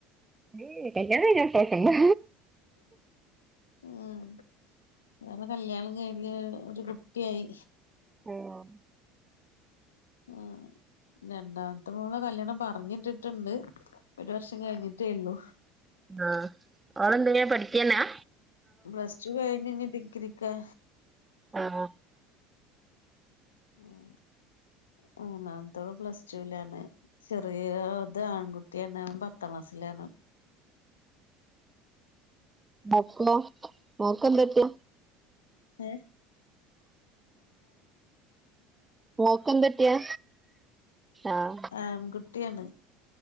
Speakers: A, on the right (about 15°); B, on the left (about 80°).
A: ഏഹ് കല്യാണം കഴിഞ്ഞ മക്കളൊക്കെണ്ടാ
B: ആഹ് വേറെ കല്യാണം കഴിഞ്ഞ് ഒരു കുട്ടിയായി.
A: ആഹ്
B: ആഹ് രണ്ടാമത്തെ മോളെ കല്യാണം പറഞ്ഞിട്ടിട്ടുണ്ട്. ഒരു വർഷം കഴിഞ്ഞിട്ടേ ഇള്ളൂ.
A: ആഹ് ഓള് എന്തെയ്യാ പഠിക്കെന്നെയാ
B: പ്ലസ്ടു കഴിഞ്ഞ് ഇനി ഡിഗ്രിക്കാ.
A: ആഹ്.
B: ആഹ് മൂന്നാമത്തോള് പ്ലസ് ടൂലാണ് ചെറിയ ഇത് ആൺകുട്ടിയാണ് ഓൻ പത്താം ക്ലാസ്സിലാണ്.
A: എപ്പോ മോക്ക് എന്താ പറ്റിയെ
B: ഏഹ്.
A: മോക്കെന്താ പറ്റിയെ ആഹ്.
B: ആൺ കുട്ടിയാണ്